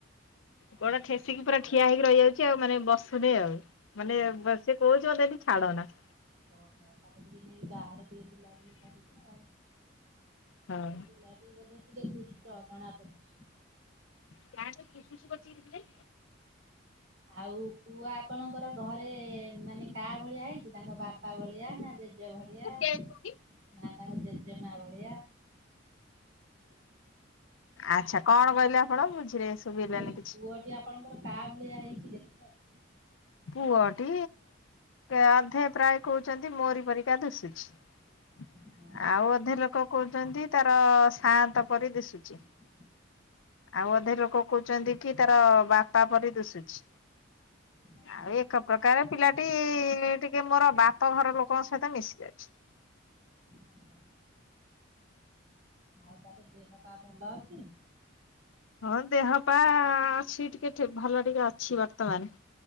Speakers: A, on the left (about 75°); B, on the right (about 65°).
A: କଣ ଠେସିକି ପୁରା ଠିଆ ହେଇକି ରହିଯାଉଛି ଆଉ ମାନେ ବସୁନି ଆଉ ମାନେ
B: ଆଉ
A: ବସେ କହୁଛି ମୋତେଦି ଛଡ଼ନା
B: ଓହୋ ତାକୁ ଟିକେ ନେଇ ବାହାରେ ଟିକେ ବୁଲା ବୁଲି କରୁଛ ଆଉ
A: ହଁ।
B: ପିଲାଟି ବୋଧେ ଟିକେ ଦୁଷ୍ଟ ଜଣା ପଡୁଛି।
A: ଯାରୁ <inaudible>
B: ଆଉ ପୁଅ ଆପଣଙ୍କର ଘରେ ମାନେ କା ଭଳିଆ ହେଇଛି ତାଙ୍କ ବାପା ଭଳିଆ ନା ଜେଜେ ଭଳିଆ।
A: <inaudible>
B: ନା ତାଙ୍କ ଜେଜେମା ଭଳିଆ
A: ଆଚ୍ଛା କଣ କହିଲେ ଆପଣ ବୁଝିରେ ଶୁଭିଲାନି
B: କୋଇହ
A: କିଛି?
B: ପୁଅଟି ଆପଣଙ୍କର କାହା ଭଳିଆ ହେଇଛି ଦେଖିବାକୁ?
A: ପୁଅଟି ଅଧେ ପ୍ରାୟ କହୁଛନ୍ତି ମୋରି ପରିକା ଦିଶୁଛି।
B: ହଁ
A: ଆଉ ଅଧେ ଲୋକ କହୁଛନ୍ତି ତାର ସାନ୍ତ ପରି ଦିଶୁଛି।
B: <inaudible>
A: ଆଉ ଅଧେ ଲୋକ କହୁଛନ୍ତି କି ତାର ବାପା ପରି ଦୁଶୁଛି।
B: ଆଜ୍ଞା
A: ଆଉ ଏକ ପ୍ରକାର ପିଲାଟି ଟିକେ ମୋର ବାପଘର ଲୋକଙ୍କ ସହିତ ମିଶି ଯାଇଛି।
B: ଆଜ୍ଞା ଆଉ ତାର ଦେହ ପା ଭଲ ଅଛି?
A: ହଁ ଦେହ ପା ଅଛି ଟିକେ ଭଲ ଟିକେ ଅଛି ବର୍ତ୍ତମାନ।